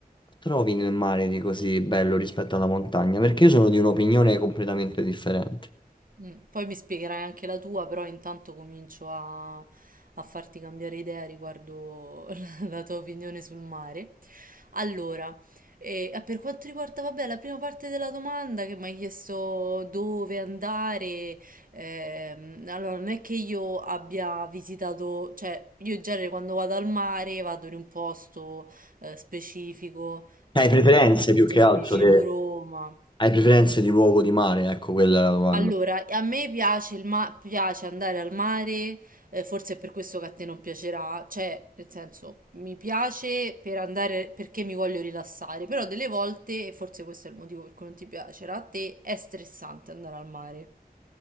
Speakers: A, on the left; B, on the right.
A: trovi nel mare di così bello rispetto alla montagna? Perché io sono di un'opinione completamente differente.
B: Mm, Poi mi spiegherai anche la tua, però intanto comincio a, a farti cambiare idea riguardo <laughs> la tua opinione sul mare. Allora, eh, per quanto riguarda, vabbè, la prima parte della domanda che mi hai chiesto dove andare, ehm, allora non è che io abbia visitato, cioè io in genere quando vado al mare vado in un posto eh, specifico, eh,
A: Hai preferenze
B: ma
A: più
B: cioè
A: che altro,
B: vicino
A: te-
B: Roma.
A: hai preferenze di luogo di mare, ecco quella è la domanda.
B: Allora, a me piace, il ma- piace andare al mare, eh, forse è per questo che a te non piacerà, cioè, nel senso, mi piace per andare perché mi voglio rilassare, però delle volte, e forse questo è il motivo per cui non ti piacerà, a te è stressante andare al mare.